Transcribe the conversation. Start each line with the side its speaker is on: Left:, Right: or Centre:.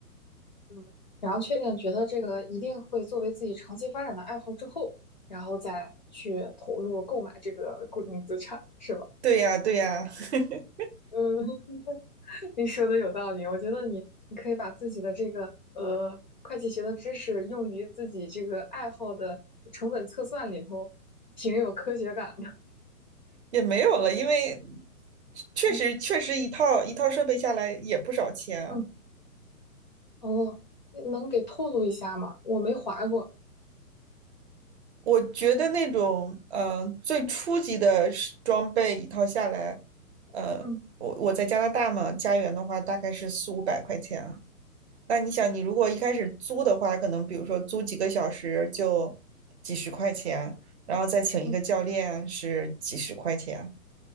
Left: 嗯，然后确定觉得这个一定会作为自己长期发展的爱好之后，然后再去投入购买这个固定资产，是吧？
Right: 对呀，对呀。<laughs>
Left: 嗯，你说的有道理，我觉得你你可以把自己的这个呃会计学的知识用于自己这个爱好的成本测算里头，挺有科学感的。
Right: 也没有了，因为确实确实一套一套设备下来也不少钱啊。
Left: 嗯 <laughs> 嗯，哦，那能给透露一下吗？我没划过。
Right: 我觉得那种呃最初级的是装备一套下来，呃，
Left: 嗯
Right: 我我在加拿大嘛，加元的话大概是四五百块钱啊那你想，你如果一开始租的话，可能比如说租几个小时就几十块钱，然后再请一个教练是几十块钱
Left: 嗯